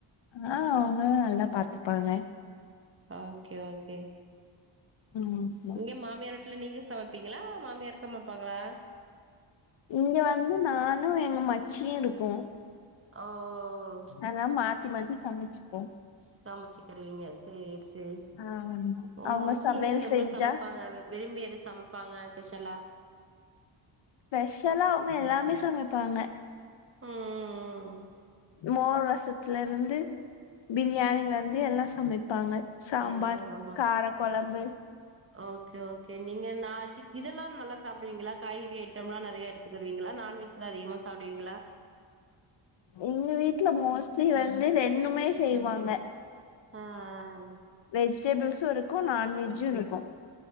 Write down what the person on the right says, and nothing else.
ஓகே ஓகே
இங்க மாமியார் வீட்ல நீங்க சமப்பீங்களா மாமியார் சமப்பாங்களா
ஓ
சமச்சுக்குருவீங்க சேரி சேரி
உங்க
மச்சி
என்ன ரொம்ப
சமப்பாங்க அது விரும்பி எது சமப்பாங்க பெஷலா
ம் ம் ம்
எல்லா சமைப்பாங்க
ஓகே ஓகே நீங்க நாச்சுக் இதெல்லா நல்லா சாப்டுவீங்களா காய்கறி ஐட்டம்ல்லா நெறைய எடுத் த்குருவீங்களா நான்வெஜ்லா அதிகமா சாப்டுவீங்களா
ஆ ஆ ஆ